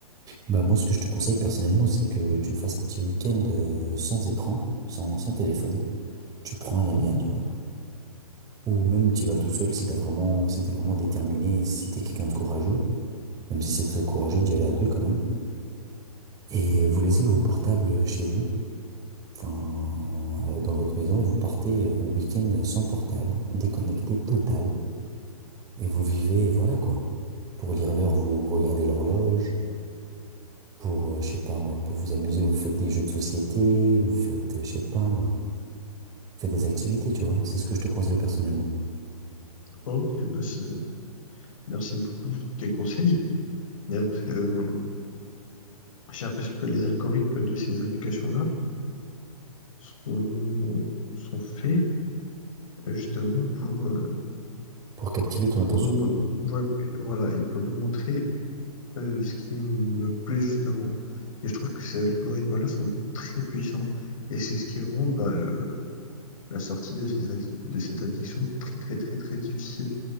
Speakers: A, on the right; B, on the left.
A: Bah, moi, ce que je te conseille personnellement, c'est que tu fasses un petit week-end euh, sans écran, sans, sans téléphone. Tu prends un ami
B: Mhm.
A: à toi, ou même tu y vas tout seul si t'as vraiment, si t'es vraiment déterminé, si t'es quelqu'un de courageux, même si c'est très courageux d'y aller à deux quand même. Et vous laissez vos portables euh, chez vous, enfin, euh, dans votre maison, et vous partez euh, en week-end sans portable, déconnecté total. Et vous vivez, voilà quoi. Pour lire l'heure, vous regardez l'horloge. Pour, euh, je sais pas moi, pour vous amuser, vous faites des jeux de société, vous faites, euh, je sais pas moi, vous faites des activités, tu vois. C'est ce que je te conseille personnellement.
B: Ok, bah c'est- merci beaucoup pour tous tes conseils. Mais après, euh, j'ai l'impression que les algorithmes de ces applications-là sont, sont faits justement pour, euh,
A: Pour captiver ton
B: pour
A: attention.
B: nous, mon- ouais, voilà, et pour nous montrer euh, ce qui me plaît justement. Et je trouve que ces algorithmes-là sont très puissants. Et c'est ce qui rend bah, le- la sortie de, ces, ac- de cette addiction très très très très difficile.